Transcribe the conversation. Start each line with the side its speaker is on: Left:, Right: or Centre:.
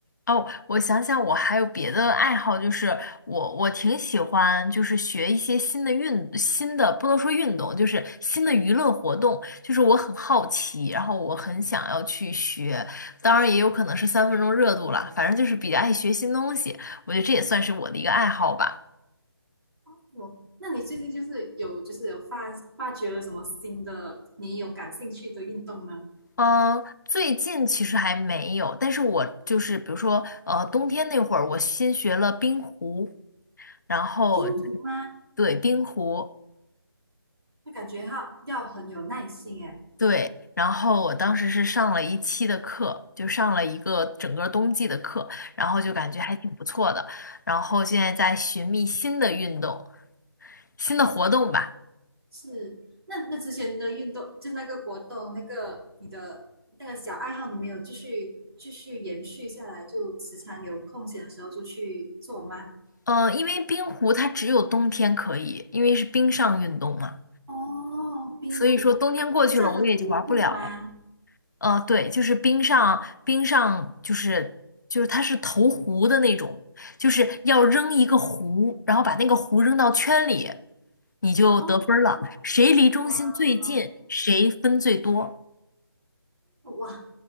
Left: 哦，我想想，我还有别的爱好，就是我我挺喜欢，就是学一些新的运新的，不能说运动，就是新的娱乐活动。就是我很好奇，然后我很想要去学，当然也有可能是三分钟热度了，反正就是比较爱学新东西。我觉得这也算是我的一个爱好吧。
Right: <laughs> 我，那你最近就是有就是有发发掘了什么新的你有感兴趣的运动呢？
Left: 嗯，最近其实还没有，但是我就是比如说，呃，冬天那会儿我新学了冰壶，然后
Right: 拼图吗？
Left: 对冰壶，
Right: 那感觉要要很有耐心诶。
Left: 对，然后我当时是上了一期的课，就上了一个整个冬季的课，然后就感觉还挺不错的。然后现在在寻觅新的运动、新的活动吧。
Right: 是，那那之前的运动就那个活动那个你的那个小爱好你没有继续继续延续下来，就时常有空闲的时候就去做吗？
Left: 嗯、因为冰壶它只有冬天可以，因为是冰上运动嘛，
Right: 哦，冰徒，
Left: 所以说冬天过去了，
Right: 冰上的徒步吗？
Left: 我也就玩不了了。呃，对，就是冰上冰上就是就是它是投壶的那种，就是要扔一个壶，然后把那个壶扔到圈里，你就得分儿了。
Right: 哦，
Left: 谁离中心最近，
Right: 哇
Left: 谁分最多。
Right: 哇，